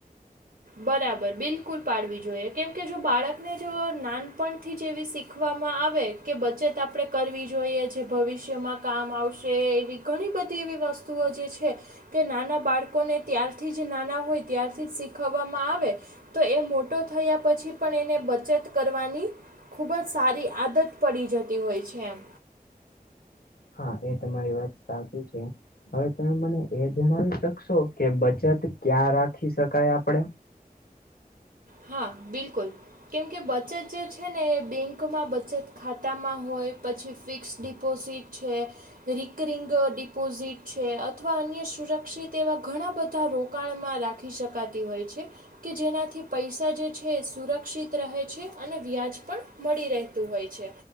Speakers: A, on the right; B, on the left.
A: બરાબર બિલકુલ પાડવી જોઈએ કેમ કે જો બાળકને જો નાનપણથી જેવી શીખવામાં આવે કે બચત આપણે કરવી જોઈએ જે ભવિષ્યમાં કામ આવશે એવી ઘણી બધી એવી વસ્તુઓ જે છે. કે નાના બાળકોને ત્યારથી જ નાના હોય ત્યારથી જ શીખ વામાં આવે તો એ મોટો થયા પછી પણ એને બચત કરવાની ખુબ જ સારી આદત પડી જતી હોય છે, એમ.
B: હા એ તમારી વાત સાચી છે. હવે તમે મને એ જણાવી શકશો કે બચત ક્યાં રાખી શકાય આપડે?
A: હા બિલકુલ. કેમકે બચત જે છે, ને એ બેંકમાં બચત ખાતામાં હોય પછી ફિક્સ ડિપોઝિટ છે. રિકરિંગ ડિપોઝિટ છે, અથવા અન્ય સુરક્ષિત એવા ઘણા બધા રોકાણમાં રાખી શકાતી હોય છે, કે જેનાથી પૈસા જે છે, એ સુરક્ષિત રહે છે, અને વ્યાજ પણ મળી રહેતું હોય છે.